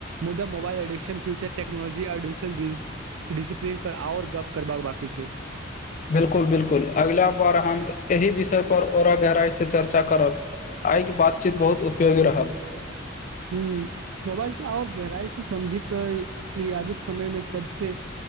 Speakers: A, on the right; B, on the left.
A: मुदा मोबइल एडिकशन फ्यूचर टेक्नोलजी आ डजिटल डी डीसिप्लीन पर आओर गप्प करबाक बांकी छै
B: बिलकुल बिलकुल अगिला बार हम एहि विषय पर औरा गहराइ से चर्चा करब आइके बातचीत बहुत उपयोगी रहल
A: हूँ मोबाइल के आओर गहराई से समझी त ई आजुक समयमे सबसे